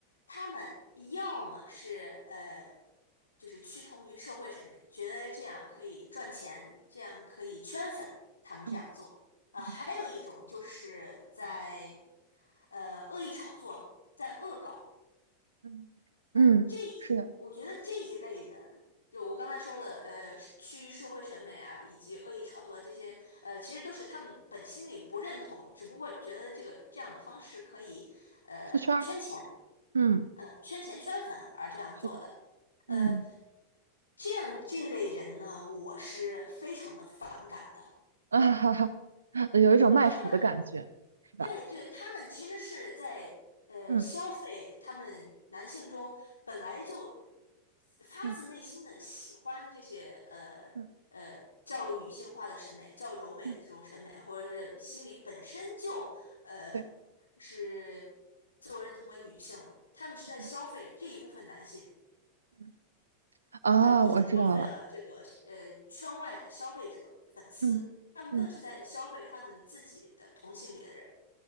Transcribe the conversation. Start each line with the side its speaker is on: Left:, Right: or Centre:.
Left: 他们要么是呃，就是趋同于社会审美，觉得这样可以赚钱，这样可以圈粉，他们这样做啊、
Right: 嗯嗯
Left: 呃还有一种就是在呃恶意炒作，在恶搞。
Right: 嗯，嗯，
Left: 那这一，
Right: 是的，
Left: 我觉得这一类人，就我刚才说的，呃，趋于社会审美啊，以及恶意炒作这些，呃，其实都是他们本心里不认同，只不过觉得这个这样的方式可以，呃，
Right: 出圈儿，
Left: 圈钱，
Right: 嗯
Left: 嗯，圈钱圈粉而这样做的，
Right: 是的，嗯
Left: 呃，这样这类人呢，我是非常的反感的，
Right: 啊哈哈，<laughs> 有一种卖腐的感觉，
Left: 对他们。
Right: 是吧？
Left: 对对，他们其实是在呃消费他们男性中本来就
Right: 嗯
Left: 发自内心的喜欢这些呃呃较女性化的审美、
Right: 嗯嗯
Left: 较柔美的这种审美，
Right: 嗯，
Left: 或者是心里本身就呃
Right: 对，
Left: 是自我认同为女性的，他们是在消费这一部分男性，
Right: 嗯嗯啊，
Left: 他们不仅消费了这个呃圈外的消费者粉丝，
Right: 我知道了。嗯嗯，
Left: 他们更是在消费他们自己的同性别的人。